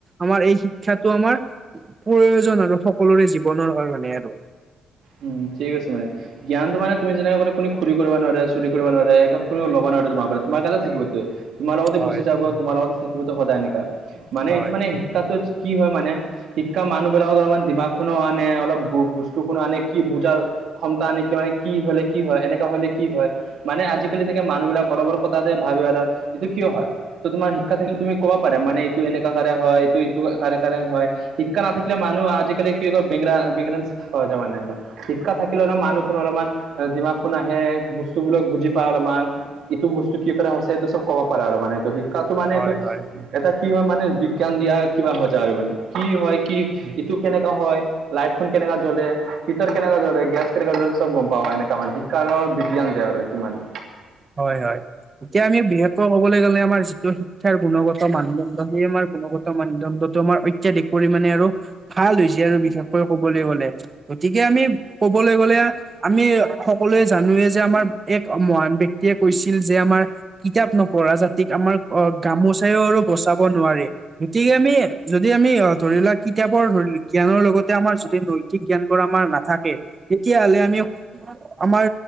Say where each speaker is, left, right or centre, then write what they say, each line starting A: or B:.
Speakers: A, on the right; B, on the right.
A: আমাৰ এই শিক্ষাটো আমাৰ প্ৰয়োজন আৰু সকলোৰে জীৱনৰ কাৰণে আৰু।
B: উম ঠিক আছে মানে। জ্ঞানটো মানে তুমি যেনেকে কোন চুৰি কৰিব নোৱাৰে চুৰি কৰিব নোৱাৰে কো‌ কোন লব নোৱাৰে তোমাৰ পৰা তোমাৰ তাতে থাকিব তে তোমাৰ লগতে
A: হয়
B: গুচি যাব তোমাৰ লগতে থাকিবতো সদায় নেকা মানে
A: হয়
B: এইটো মানে শিক্ষা। কি হয় মানে শিক্ষা মানুহ বিলাকত অলমান দিমাগ খনো আনে অলপ বস্তু খোনো আনে কি বোজাৰ ক্ষমতা আনেক কিয় মানে কি হলে কি হয় এনেকা হলে কি হয়। মানে আজিকালি থাকে মানুহবিলাক অলপ অলপ কথা যে ভাবি‌ এটা এইটো কিয় হয় ত তোমাৰ শিক্ষা থাকিলে তুমি ক'ব পাৰে মানে এইটো এনেকা কাৰে হয় এইটো ইটো কাৰে কাৰে হয় শিক্ষা নাথাকিলে মানুহ আজিকালি কি হয় বি বি বেঙৰাগৰা হৈ যায় মানে। শিক্ষা থাকিলে অলপ মানুহ খোন অলপমান দিমাকখন আহে বস্তুবোৰক বুজি পায় অলপমান। এইটো বস্তু কি কৰা হৈছে এইটো চব কব পাৰ আৰু মানে সেই শিক্ষ শিক্ষাটো মানেটো
A: হয় হয়
B: এটা কি হয় মানে বিজ্ঞান দিয়া কিবা হৈ যায় আৰু মানে। কি হয় কি এইটো কেনেকা হয় লাইটখন কেনেকা জ্বলে। হিটাৰ কেনেকা জ্বলে গেছ কেনেকুৱা জ্বলে চব গম পাওঁ এনেকা মানে শিক্ষাৰৰ বিজ্ঞান‌ দে এইটো মানে।
A: হয় হয় এতিয়া আমি বিশেষকৈ ক'বলৈ গ'লে আমাৰ যিটো শিক্ষাৰ গুণগত। মানদণ্ড সেই আমাৰ গুণগত মানদণ্ডটো আমাৰ অত্যাধিক পৰিমাণে আৰু। ভাল হৈছে আৰু বিশেষকৈ কবলৈ গলে গতিকে আমি কবলৈ গ'লে। আমি সকলোৱে জানোৱে যে আমাৰ এক মহান ব্য ব্যক্তিও কৈছিল যে আমাৰ কিতাপ নপঢ়া জাতিক আমাৰ অ গামোচাইও আৰু বচাব। কব নোৱাৰি। গতিকে আমি যদি আমি ধৰি লোৱা কিতাপৰ ধৰি জ্ঞানৰ লগতে আমাৰ যদি দৈ সঠিক জ্ঞান বোৰ আমাৰ নাথাকে তেতিয়াহ'লে আমি। আমাৰ